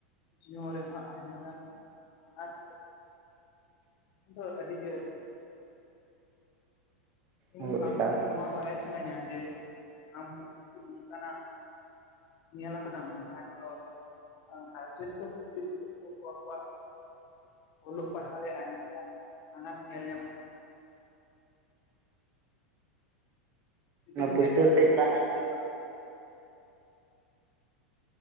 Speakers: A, on the left (about 50°); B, on the right (about 35°).
A: ᱡᱤᱭᱚᱱ ᱨᱮᱦᱚᱸ ᱟᱭᱢᱟ ᱜᱟᱱ ᱟᱱᱟᱴ ᱫᱚ ᱟᱹᱰᱤ ᱜᱮ ᱤᱧ
B: ᱦᱳᱭ
A: ᱟᱢᱴᱷᱮᱱ
B: ᱮᱠᱟᱞ
A: ᱱᱚᱣᱟ ᱵᱟᱲᱟᱭ ᱥᱟᱱᱟᱧᱟ ᱡᱮ ᱟᱢᱦᱚᱸ ᱠᱤᱱᱛᱩ ᱱᱚᱝᱠᱟᱱᱟᱜ ᱧᱮᱞ ᱟᱠᱟᱫᱟᱢ ᱡᱟᱦᱟᱸ ᱠᱚᱫᱚ ᱜᱟᱨᱡᱮᱱ ᱠᱚ ᱠᱷᱟᱹᱛᱤᱨ ᱯᱟᱹᱴᱷᱩᱣᱟᱹ ᱠᱚᱣᱟᱜ ᱚᱞᱚᱜ ᱯᱟᱲᱦᱟᱣ ᱨᱮ ᱟᱭᱢᱟ ᱜᱟᱱ ᱟᱱᱟᱴ ᱧᱮᱞ ᱧᱟᱢᱚᱜ ᱠᱟᱱ ᱡᱩᱫᱤᱢ
B: ᱱᱚᱣᱟ ᱯᱩᱥᱴᱟᱹ
A: ᱧᱮᱞ ᱠᱟᱜ
B: ᱥᱟᱦᱤᱡ
A: ᱠᱷᱟᱱ
B: ᱵᱟᱝ ᱟᱸᱡᱚᱢᱚᱜ
A: <unintelligible>